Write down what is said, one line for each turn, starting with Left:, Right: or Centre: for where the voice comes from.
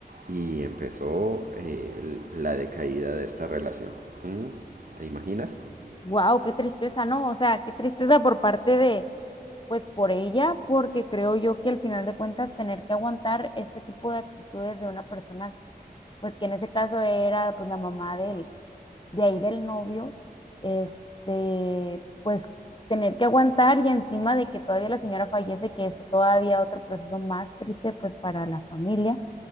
Right: y empezó eh, la decaída de esta relación. ¿Mm? ¿Te imaginas?
Left: Wow, qué tristeza, ¿no? O sea, qué tristeza por parte de, pues por ella, porque creo yo que al final de cuentas tener que aguantar este tipo de actitudes de una persona, pues que en ese caso era pues la mamá del, de ahí del novio, este, pues tener que aguantar y encima de que todavía la señora fallece, que eso todavía otro proceso más triste pues para la familia